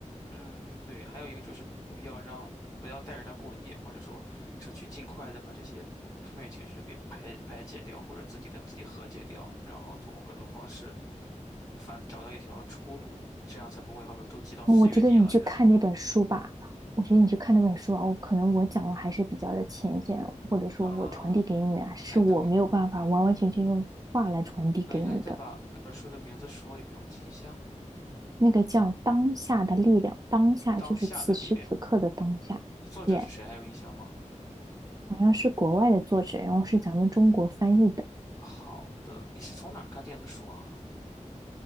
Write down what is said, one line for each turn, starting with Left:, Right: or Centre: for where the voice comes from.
Left: 嗯，对，还有一个就是不要让不要带着他过夜，或者说争取尽快的把这些负面情绪给排排解掉，或者自己跟自己和解掉，然后通过各种方式反找到一条出路，这样才不会好比说都积到四月底了，
Right: 嗯我觉得你去看那本书吧，
Left: 然后
Right: 我觉得你去看那本书啊，我可能我讲的还是比较的浅显，或者说我传递给你的是我没有办法完完全全用话来传递给你的。
Left: 呃，哎等等一下，你再把那本书的名字说一遍，我记一下。
Right: 那个叫当下的力量，当下就是此时此刻的当下，
Left: 当下的力量，作者是谁？
Right: 也 yeah,
Left: 还有印象吗？
Right: 好像是国外的作者，然后是咱们中国翻译的。
Left: 好的，你是从哪儿看电子书啊？